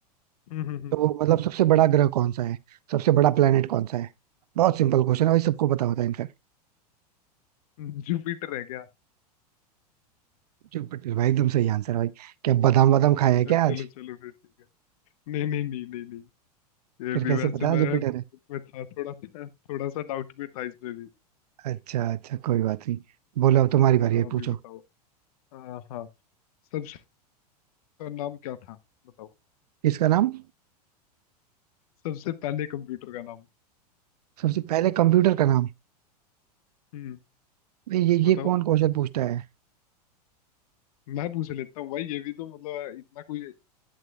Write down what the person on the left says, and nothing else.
हम्म, हम्म,
हम्म, जुपिटर है क्या
चलो
चलो फिर ठीक है नहीं नहीं नहीं नहीं नहीं ये
भी वैसे
मैं
डाउट
में था थोड़ा सा थोड़ा सा डाउट में था इसमें भी
अच्छा
अभी
बताओ हाँ हाँ सबसे नाम क्या था बताओ
सबसे पहले कंप्यूटर का नाम
हम्म
बताओ
मैं पूछ लेता हूँ भाई ये भी तो मतलब इतना कोई